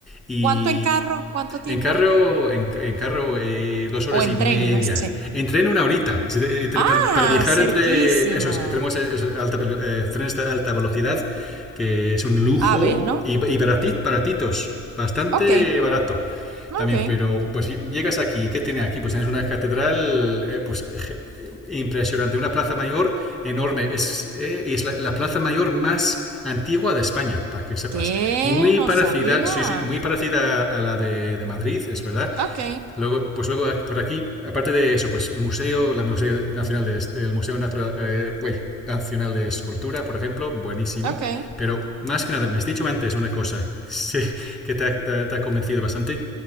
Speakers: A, in the centre; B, on the right.
A: Y
B: ¿Cuánto en carro? ¿Cuánto tiempo?
A: En carro, en, en carro eh, dos horas
B: O
A: y
B: en
A: media.
B: tren, no sé.
A: En tren una horita. Si eh,
B: Ah,
A: Para, para viajar
B: cerquísimo.
A: entre esos, tenemos eh, alta eh, trenes de alta velocidad, que es un lujo
B: Aves, ¿no?
A: y, y barati- baratitos, bastante
B: Ok,
A: barato.
B: ok.
A: También, pero pues si llegas aquí, ¿qué tiene aquí? Pues tienes una catedral eh, pues, impresionante, una plaza mayor enorme. Es, eh, es la, la, plaza mayor más antigua de España, para que sepas.
B: ¿Qué?
A: Muy
B: No
A: parecida,
B: sabía.
A: sí, sí, muy parecida a, a la de, de, Madrid, es verdad.
B: Ok,
A: Luego, pues luego por aquí, aparte de eso, pues museo, la Museo Nacional de, el Museo Natural, eh, well, Nacional de Escultura, por ejemplo, buenísimo.
B: ok.
A: Pero más que nada, me has dicho antes una cosa <laughs> sí, que, te, ha, te ha convencido bastante,